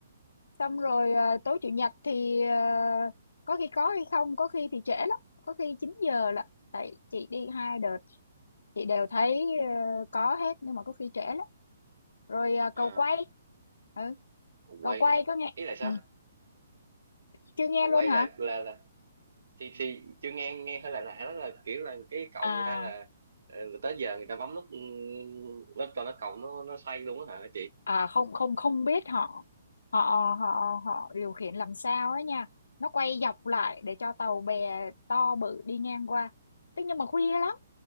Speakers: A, on the left (about 90°); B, on the right (about 80°).
A: xong rồi à, tối chủ nhật thì à, có khi có hay không có khi thì trễ lắm có khi chín giờ là tại chị đi hai đợt chị đều thấy ờ, có hết nhưng mà có khi trễ lắm rồi à,
B: à
A: cầu quay ừ,
B: cầu quay
A: cầu quay có nghe
B: ý là sao
A: ừ. chưa nghe
B: cầu
A: luôn
B: quay
A: hả
B: là là là thì thì chưa nghe nghe hơi lạ lạ đó là kiểu là cái cầu
A: à
B: người ta là ờ, là tới giờ người ta bấm nút ừ, nó cho nó cầu nó nó xoay luôn á hả chị
A: à không không không biết họ họ họ họ điều khiển làm sao ấy nha nó quay dọc lại để cho tàu bè to bự đi ngang qua thế nhưng mà khuya lắm